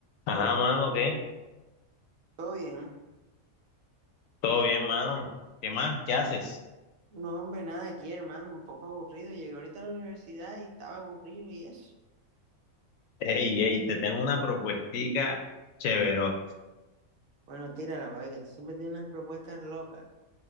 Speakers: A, on the left; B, on the right.
A: Ajá, mano, ¿qué?
B: Todo bien.
A: Todo bien, mano. ¿Qué más? ¿Qué haces?
B: No, hombre, nada aquí, hermano. Un poco aburrido. Llegué ahorita a la universidad y estaba aburrido y eso.
A: Ey, ey, te tengo una propuestica chévere.
B: Bueno, tírala, para ver que tú siempre tienes unas propuestas locas.